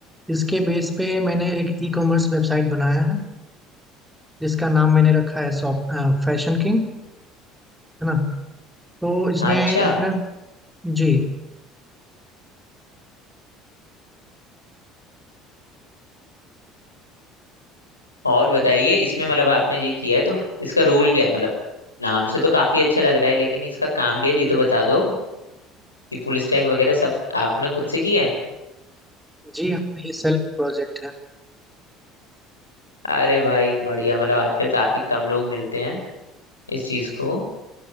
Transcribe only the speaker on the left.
अच्छा
और बताइए इसमें मतलब आपने ये किया है तो इसका रोल क्या है मतलब नाम से तो काफी अच्छा लग रहा है लेकिन इसका काम क्या है ये तो बता दो कि फुल स्टैक वगैरह सब आपने खुद से किया है
अरे भाई बढ़िया मतलब आजकल काफी कम लोग मिलते हैं इस चीज को